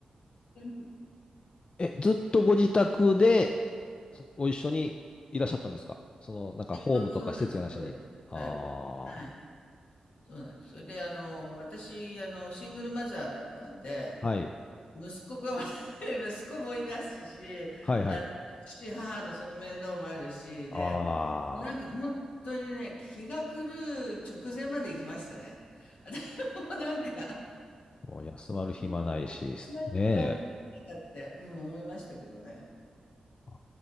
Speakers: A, on the left (about 75°); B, on the left (about 45°).
A: <laughs>
B: え、ずっとご自宅でご一緒にいらっしゃったんですかその、なんかホームとか施設やなしに。
A: えっと、そうなんです、そうです、
B: ああ。
A: 最後は。はい。そうなんです。それで、あの、私、あの、シングルマザーだったんで、
B: はい。
A: 息子がま <laughs> 息子もいますし、
B: はいはい。
A: あの、父、母のその面倒もあるし、
B: ああ。
A: で、もうなんか本当にね、気が狂う直前まで行きましたね。<laughs> でもうなんか、
B: もう休まる暇ないし、
A: どうなっちゃう
B: ねえ。
A: <laughs> んだって、うん、思いましたけどね。
B: あ